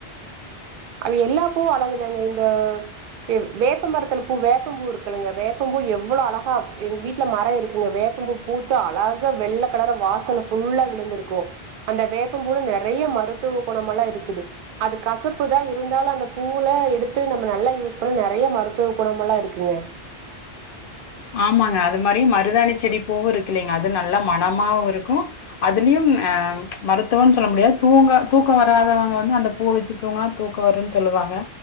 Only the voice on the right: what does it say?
ஆ எல்லாப்பூவு அழகுதாங்க இந்த வே வேப்ப மரத்துல பூ வேப்பம் பூ இருக்கலங்க வேப்பம்பூ எவ்வளோ அழகா எங்க வீட்ல மரம் இருக்குதுங்க வேப்பம் பூ பூத்து அழகா வெள்ள கலர வாசல்ல ஃபுல்லா விழுந்துருக்கு அந்த வேப்பம்பூவுல நெறைய மருத்துவ குணம் எல்லா இருக்குது அது கசப் ப்புதா இருந்தாலு அந்த பூவுலா எடுத்து நம்ம நல்லா யூஸ் பண்ண நெறைய மருத்துவ குணமல்லா இருக்குங்க